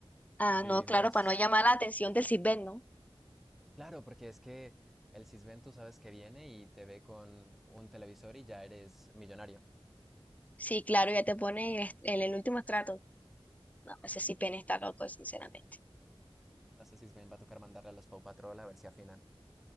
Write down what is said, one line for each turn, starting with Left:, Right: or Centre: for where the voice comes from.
Left: Ah,
Centre: Vivimos,
Left: no, claro, para no llamar la atención del Sitbén, ¿no?
Centre: claro, porque es que el Sisbén tú sabes que viene y te ve con un televisor y ya eres millonario.
Left: Sí, claro, ya te pone en el, est- en el último estrato. No, ese Sitbén está loco, sinceramente.
Centre: A este Sisbén va a tocar mandarle a los Paw Patrol a ver si afinan.